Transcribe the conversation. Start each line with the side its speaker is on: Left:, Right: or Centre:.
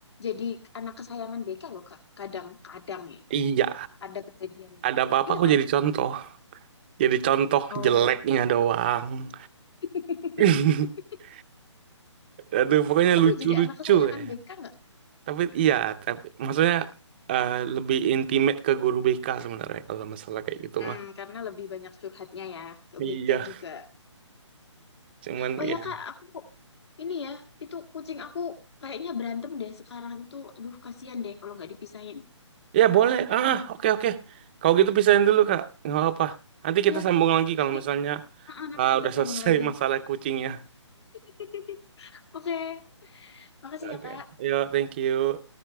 Left: jadi anak kesayangan BK loh, Kak. Kadang-kadang ya.
Right: iya,
Left: Ada kejadian gitu.
Right: ada apa-apa
Left: Iya
Right: aku
Left: kan?
Right: jadi contoh. Jadi contoh
Left: Oh.
Right: jeleknya doang.
Left: <laughs>
Right: <laughs> Aduh, pokoknya
Left: Tapi
Right: lucu-lucu
Left: jadi anak kesayangan
Right: ya.
Left: BK nggak?
Right: Tapi iya, tapi maksudnya eh, lebih intimate ke guru BK sebenarnya kalau masalah kayak gitu
Left: Hmm,
Right: mah.
Left: karena lebih banyak curhatnya ya ke
Right: Iya,
Left: BK juga.
Right: cuman
Left: Oh ya
Right: ya.
Left: Kak, aku ini ya, itu kucing aku kayaknya berantem deh sekarang itu. Aduh, kasihan deh kalau nggak dipisahin.
Right: Ya boleh. Ah, ah, oke oke. Kalau gitu pisahin dulu Kak. Nggak apa-apa. Nanti
Left: Iya,
Right: kita sambung lagi
Left: nanti,
Right: kalau misalnya
Left: ah, ah, nanti
Right: ah,
Left: kita
Right: udah
Left: sambung
Right: selesai
Left: lagi.
Right: <laughs> masalah kucingnya.
Left: <laughs> Oke, makasih
Right: Oke,
Left: ya, Kak.
Right: Yuk, thank you.